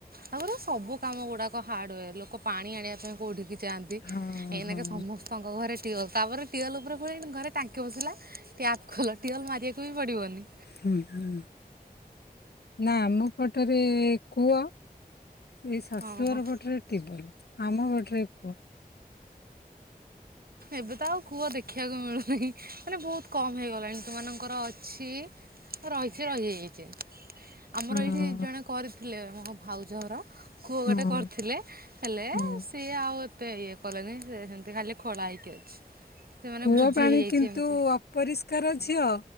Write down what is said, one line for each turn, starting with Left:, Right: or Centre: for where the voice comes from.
Right: ତା ସବୁ କାମ ଗୁଡା ହାର୍ଡର ଲୋ ପାଣି ଆଣିବା ପାଇଁ କୋଉଠି କି ଯାଆନ୍ତି
Left: ହଁ
Right: ଏଇନାକେ
Left: ହଁ
Right: ସମସ୍ତଙ୍କ ଘରେ ଟଟିଲ୍ ତାପରେ ଟଟିୱଲ୍ ଉପରେ ଖୋଳଣି ଘରେ ଟାଙ୍କି ବସିଲା ଟ୍ୟାପ ଖୋଲ ଟଟିୱେଲ୍ ମାରିବାକୁ ବି ପଡ଼ିବନି।
Left: ହ ହଁ ନା ମମ ପଟରେ କୁଅ। ସେଇ ଶାଶୁଆର
Right: ହଁ ହଁ
Left: ପଟରେ ଟିବଲ। ଆମ ବଟରେ କ
Right: ଏବେ ତ ଆଉ କୁଅ ଦେଖିବାକୁ ମିଳୁନି ମାନେ ବହୁତ କମ ହେଇଗଲାଣି ତୁମାନାନଙ୍କର ଅଛି। ହ ରହିଚି ରହି ଯାଇଚି। ଆମର
Left: ହଁ
Right: ଏଇଠି ଜଣେ କରିଥିଲେ ମ ମୋ ଭାଉଜ ହର। କୂଅ
Left: ହଁ
Right: ଗୋଟେ କରିଥିଲେ ହେଲେ
Left: ହୁଁ।
Right: ସିଏ ଆଉ ଏ ତେ ଇଏ କଲେନେଇ ସିଏ ସେମିତି ଖାଲି ଖୋଳା ହେଇକି ଅଛି। ସେମାନେ
Left: କୂଅ
Right: ବୁଝି
Left: ପାଣି
Right: ହେଇଯାଇଛି
Left: କିନ୍ତୁ
Right: ଏମିତି
Left: ଅପରିଷ୍କାର ଝିଅ